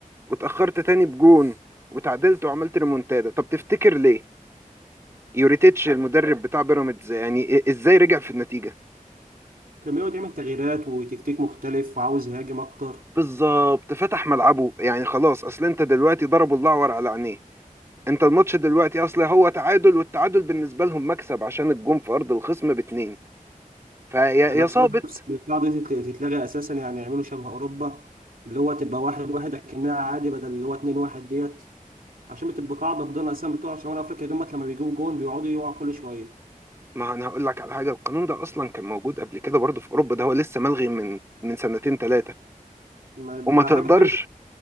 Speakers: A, on the right; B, on the right.
A: واتأخرت تاني بجون وتعادلت وعملت ريمونتادا طب تفتكر ليه يوريتيتش المدرب بتاع بيراميدز يعني إيه- ازاي رجع في النتيجة
B: كان بيقعد يعمل تغييرات وتكتيك مختلف وعاوز يهاجم اكتر
A: بالظبط فتح ملعبه يعني خلاص اصل انت دلوقتي ضربوا الأعور على عينيه انت الماتش دلوقتي اصل هو تعادل والتعادل بالنسبة لهم مكسب عشان الجون في ارض الخصم باتنين فيا
B: انا
A: يا
B: بصراحه
A: صابت
B: نفسي القاعده دي تت- تتلغي اساسا يعني يعملوا شبه اوروبا اللي هو تبقى واحد واحد اكنها عادي بدل اللي هو اتنين واحد ديت عشان بتبقى قاعده فضلنا اساسا بتوع شمال افريقيا دول لما بيجيبوا جون بيقعدوا يقعوا كل شويه
A: ما انا هقول لك على حاجه القانون ده اصلا كان موجود قبل كده برضه في اوروبا ده هو لسه ملغي من من سنتين ثلاثه
B: ما يبقى
A: وما تقدرش
B: حاجه حلوه